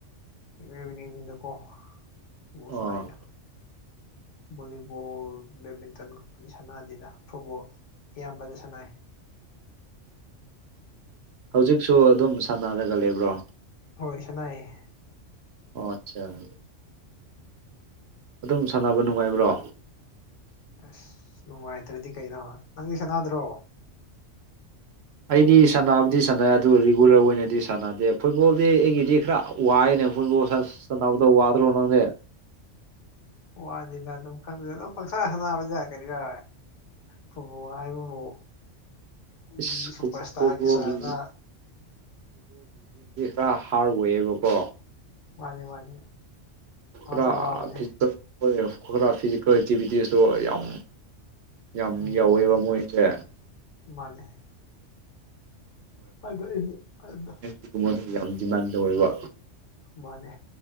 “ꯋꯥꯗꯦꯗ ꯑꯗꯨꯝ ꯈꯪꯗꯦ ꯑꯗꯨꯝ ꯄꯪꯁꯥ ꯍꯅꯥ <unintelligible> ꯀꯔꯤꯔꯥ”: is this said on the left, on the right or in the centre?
Left